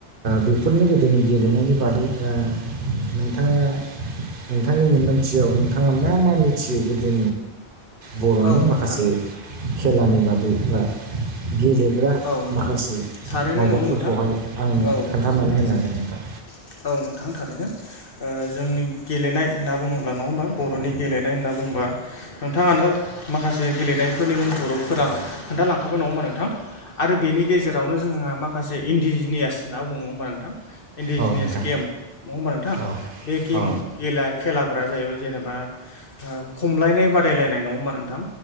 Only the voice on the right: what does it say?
बेफोरनो गोदोनि गेलेनायनि बादै दा नोंथाङा नोंथांनि मोन्दांथियाव नोंथाङा मा मा मिथियो गोदो बर'नि
माखासे
खेलानि बादै बा गेले माखासे
माबाफोरखौहाय
आंनो
खोन्थानानै
होनो हागोन नोंथां
औ नोंथां औ नोंथां
औ
औ